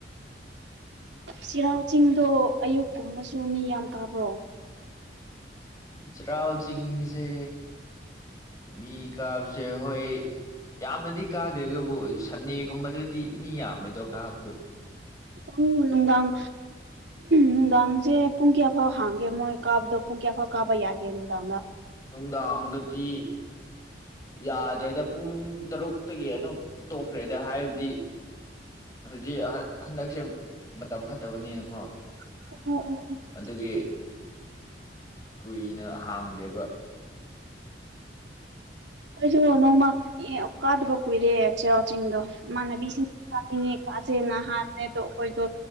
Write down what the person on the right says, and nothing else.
ꯆꯩꯔꯥꯎ ꯆꯤꯡꯗꯣ ꯑꯌꯨꯛꯀꯨꯝꯕꯁꯨ ꯃꯤ ꯌꯥꯝ ꯀꯥꯕ꯭ꯔꯣ
ꯑꯣ ꯅꯨꯡꯗꯥꯡ ꯅꯨꯡꯗꯥꯡꯁꯦ ꯄꯨꯡ ꯀꯌꯥꯐꯥꯎ ꯍꯥꯡꯒꯦ ꯃꯣꯏ ꯀꯥꯕꯗꯣ ꯄꯨꯡ ꯀꯌꯥꯐꯥꯎ ꯀꯥꯕ ꯌꯥ ꯒꯦ ꯅꯨꯡꯗꯥꯡꯗ
ꯑꯣ ꯑꯣ ꯑꯣ
ꯍꯣꯏꯁꯨ ꯅꯣꯡꯃ ꯏ <unintelligible> ꯀꯗꯕ ꯀꯨꯏꯔꯦ ꯆꯩꯔꯥꯎ ꯆꯤꯡꯗꯣ ꯃꯥꯟꯅꯕꯤꯁꯤꯡ ꯀꯤꯅꯤꯡꯉꯦ ꯀꯥꯁꯦꯅ ꯍꯥ ꯅꯦꯗꯣ ꯑꯈꯣꯏꯗꯣ